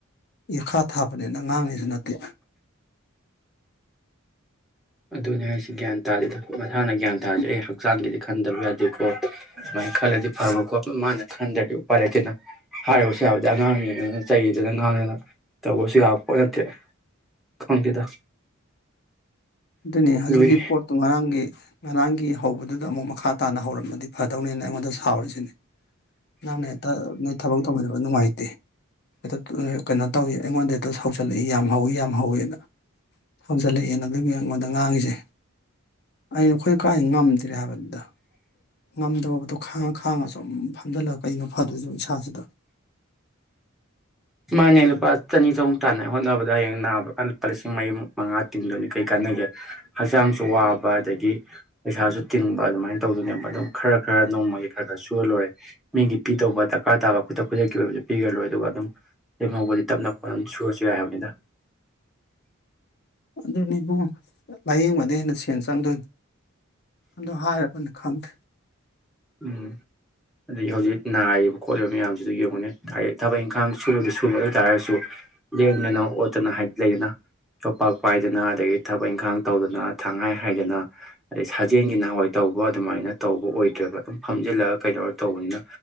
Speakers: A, on the left; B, in the centre.
A: ꯏꯈꯥ ꯊꯥꯕꯅꯦꯅ ꯉꯥꯡꯅꯦꯖꯨ ꯅꯠꯇꯦ
B: ꯑꯗꯨꯅꯤ ꯍꯥꯏꯁꯤ ꯒ꯭ꯌꯥꯟ ꯇꯥꯗꯦꯗ ꯃꯁꯥꯅ ꯒ꯭ꯌꯥꯟ ꯇꯥꯔꯗꯤ ꯑꯩ ꯍꯛꯆꯥꯡꯒꯤꯗꯤ ꯈꯟꯗꯕ ꯌꯥꯗꯦꯀꯣ ꯁꯨꯃꯥꯏ ꯈꯜꯂꯗꯤ ꯐꯕꯀꯣ ꯃꯥꯅ ꯈꯟꯗ꯭ꯔꯗꯤ ꯎꯄꯥꯏ ꯂꯩꯇꯦꯅ ꯍꯥꯏꯔꯨꯕꯁꯨ ꯌꯥꯕ ꯅꯠꯇꯦ ꯑꯉꯥꯡꯅꯤꯗꯅ ꯆꯩꯗꯅ ꯉꯥꯡꯗꯅ ꯇꯧꯕꯁꯨ ꯌꯥꯕ ꯄꯣꯠ ꯅꯠꯇꯦ ꯈꯪꯗꯦꯗ
A: ꯑꯗꯨꯅꯦ ꯍꯧꯖꯤꯛꯀꯤ
B: ꯂꯨꯏ
A: ꯄꯣꯠꯇꯣ ꯉꯔꯥꯡꯒꯤ ꯉꯔꯥꯡꯒꯤ ꯍꯧꯕꯗꯨꯗ ꯑꯃꯨꯛ ꯃꯈꯥ ꯇꯥꯅ ꯍꯧꯔꯝꯃꯗꯤ ꯐꯗꯧꯅꯦꯅ ꯑꯩꯉꯣꯟꯗ ꯁꯥꯥꯎꯔꯤꯁꯤꯅꯤ ꯅꯪꯅ ꯍꯦꯛꯇ ꯅꯣꯏ ꯊꯕꯛ ꯇꯧꯃꯤꯟꯅꯕ ꯅꯨꯡꯉꯥꯏꯇꯦ ꯍꯦꯛꯇ ꯀꯩꯅꯣ ꯇꯧꯋ ꯑꯩꯉꯣꯟꯗ ꯍꯦꯛꯇ ꯁꯥꯎꯖꯜꯂꯛꯏ ꯌꯥꯝ ꯍꯧꯋ ꯌꯥꯝ ꯍꯧꯋꯤꯅ ꯍꯧꯖꯤꯜꯂꯛꯑꯦꯅ ꯑꯗꯨꯒꯤ ꯑꯩꯉꯣꯟꯗ ꯉꯥꯡꯉꯤꯖꯦ ꯑꯩꯅ ꯑꯩꯈꯣꯏ ꯀꯥꯏ ꯉꯝꯗ꯭ꯔꯦ ꯍꯥꯏꯕꯅꯤꯗ ꯉꯝꯗꯕꯗꯣ ꯈꯥꯡꯉ ꯈꯥꯡꯉ ꯁꯨꯝ ꯐꯝꯖꯜꯂꯒ ꯀꯩꯅꯣ ꯐꯗꯣꯏꯖꯤꯕꯣ ꯏꯁꯥꯁꯤꯗ
B: ꯃꯥꯅꯦ ꯂꯨꯄꯥ ꯆꯅꯤ ꯆꯍꯨꯝ ꯇꯥꯟꯅ ꯍꯣꯠꯅꯕꯗ ꯍꯌꯦꯡ ꯅꯥꯕ <unintelligible> ꯂꯨꯄꯥ ꯂꯤꯁꯤꯡ ꯃꯔꯤꯃꯨꯛ ꯃꯉꯥ ꯇꯤꯡꯗꯣꯏꯅꯤ ꯀꯔꯤ ꯀꯥꯟꯅꯒꯦ ꯍꯛꯆꯥꯡꯁꯨ ꯋꯥꯕ ꯑꯗꯒꯤ ꯄꯩꯁꯥꯖꯨ ꯇꯤꯡꯕ ꯑꯗꯨꯃꯥꯏꯅ ꯇꯧꯗꯣꯏꯅꯦꯕ ꯑꯗꯨꯝ ꯈꯔ ꯈꯔ ꯅꯣꯡꯃꯒꯤ ꯈꯔ ꯈꯔ ꯁꯨꯔ ꯂꯣꯏꯔꯦ ꯃꯤꯒꯤ ꯄꯤꯗꯧꯕ ꯗꯔꯀꯥꯔ ꯇꯥꯕ ꯈꯨꯗꯛ ꯈꯨꯗꯛꯀꯤ ꯑꯣꯏꯕꯗꯨ ꯄꯤꯒ꯭ꯔ ꯂꯣꯏ ꯑꯗꯨꯒ ꯑꯗꯨꯝ ꯂꯦꯝꯍꯧꯕꯗꯤ ꯇꯞꯅ ꯈꯣꯠꯅ ꯑꯝ ꯁꯨꯔꯁꯨ ꯌꯥꯏ ꯍꯥꯏꯕꯅꯤꯗ
A: ꯑꯗꯨꯅꯦ ꯏꯕꯨꯡꯉꯣ ꯂꯥꯏꯌꯦꯡꯕꯗꯩ ꯍꯦꯟ ꯁꯦꯟ ꯆꯪꯗꯣꯏꯟ ꯑꯗꯣ ꯍꯥꯏꯔꯕꯅꯤ ꯈꯪꯗꯦ
B: ꯎꯝ ꯑꯗꯒꯤ ꯍꯧꯖꯤꯛ ꯅꯥꯔꯤꯕ ꯈꯣꯠꯂꯤꯕ ꯃꯌꯥꯝꯖꯤꯗꯩ ꯌꯦꯡꯉꯨꯅꯦ ꯍꯥꯏꯔꯤ ꯊꯕꯛ ꯏꯪꯈꯥꯡ ꯁꯗꯤ ꯁꯨꯕ ꯑꯗꯨꯢ ꯇꯥꯥꯔꯁꯨ ꯂꯦꯡꯗꯅ ꯑꯣꯠꯇꯅ ꯍꯥꯏꯗ ꯂꯩꯗꯅ ꯌꯣꯄꯥꯛ ꯄꯥꯏꯗꯅ ꯑꯗꯒꯤ ꯊꯕꯛ ꯏꯪꯈꯥꯡ ꯇꯧꯗꯅ ꯊꯪꯍꯥꯏ ꯍꯥꯏꯗꯅ ꯑꯗꯩ ꯁꯥꯖꯦꯟꯒꯤ ꯅꯍꯥꯋꯥꯏ ꯇꯧꯕ ꯑꯗꯨꯃꯥꯏꯅ ꯇꯧꯕ ꯑꯣꯏꯗ꯭ꯔꯦꯕ ꯑꯗꯨꯝ ꯐꯝꯖꯤꯜꯂꯒ ꯀꯩꯗꯧꯔ ꯇꯧꯕꯅꯤꯅ